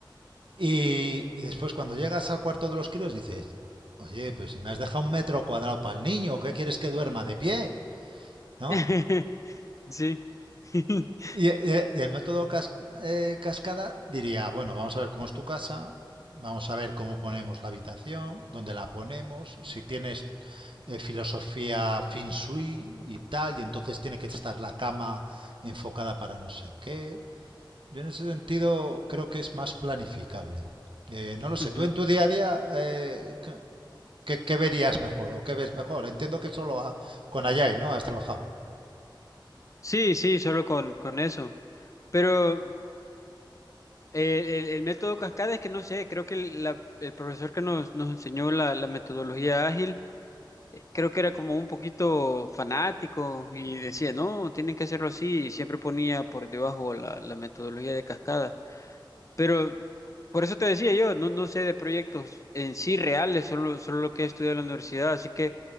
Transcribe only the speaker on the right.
Y, y después cuando llegas al cuarto de los críos dices, oye, pero si me has dejado un metro cuadrado para el niño, ¿qué quieres que duerma de pie? ¿No?
Y, y- y el método cas- eh, cascada diría, bueno, vamos a ver cómo es tu casa, vamos a ver cómo ponemos la habitación, dónde la ponemos, si tienes eh, filosofía feng shui y tal, y entonces tiene que estar la cama enfocada para no sé qué, Yo en ese sentido creo que es más planificable. Eh, no lo sé,
tú en tu día a día, eh, ¿qué, qué verías mejor o qué ves mejor? Entiendo que solo a- con Ayay, ¿no? Has trabajado.